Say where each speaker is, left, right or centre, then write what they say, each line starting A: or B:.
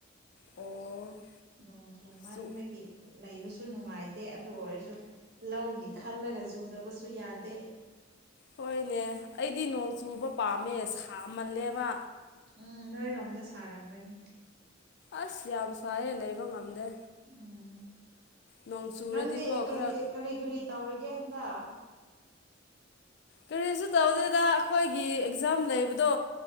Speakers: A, on the left (about 60°); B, on the right (about 55°).
A: ꯑꯣ
B: ꯅꯣꯡ ꯆꯨꯃꯟꯕꯒꯤ
A: ꯆꯨ
B: ꯂꯩꯕꯁꯨ ꯅꯨꯡꯉꯥꯏꯇꯦ ꯑꯗꯨ ꯑꯣꯏꯔꯁꯨ ꯂꯧꯒꯤ ꯈꯜꯂꯒ ꯆꯨꯗꯕꯁꯨ ꯌꯥꯗꯦ
A: ꯍꯣꯏꯅꯦ ꯑꯩꯗꯤ ꯅꯣꯡ ꯆꯨꯕ ꯄꯥꯝꯃꯦ ꯁꯥꯝꯃꯜꯂꯦꯕ
B: ꯎꯝ ꯅꯣꯏꯔꯣꯝꯗ ꯁꯥꯔꯝꯒꯅꯤ
A: ꯑꯁ ꯌꯥꯝ ꯁꯥꯏꯌꯦ ꯂꯩꯕ ꯉꯝꯗꯦ
B: ꯎꯝ
A: ꯅꯣꯡ ꯆꯨꯔꯗꯤꯈꯣ
B: ꯅꯪꯗꯤ ꯀꯩꯀꯩ
A: ꯈꯔ
B: ꯀꯔꯤ ꯀꯔꯤ ꯇꯧꯔꯤꯒꯦ ꯍꯟꯗ
A: ꯀꯔꯤꯁꯨ ꯇꯧꯗꯦꯗ ꯑꯩꯈꯣꯏꯒꯤ ꯑꯦꯛꯖꯥꯝ ꯂꯩꯕꯗꯣ